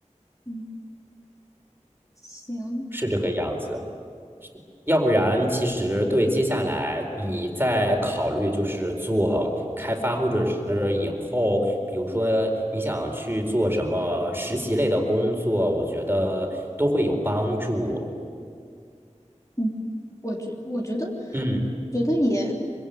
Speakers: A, on the left; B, on the right.
A: 嗯，行，
B: 是这个样子。要不然，其实对接下来你再考虑就是做开发，或者是以后，比如说你想去做什么实习类的工作，我觉得都会有帮助。
A: 嗯，我觉我觉得
B: 嗯
A: 觉得也